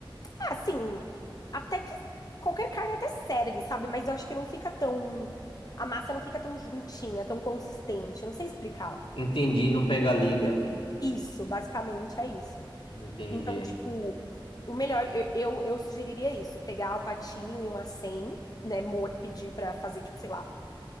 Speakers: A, on the left; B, on the left.
A: Ah, Assim, até que qualquer carne até serve, sabe? Mas eu acho que não fica tão. A massa não fica tão juntinha, tão consistente. Eu não sei explicar.
B: Entendi, não pega liga.
A: Isso, basicamente é isso.
B: Entendi.
A: Então, tipo, o melhor, eu, eu, eu sugeriria isso: pegar o patinho e um 100, né? mo- Pedir pra fazer, tipo, sei lá,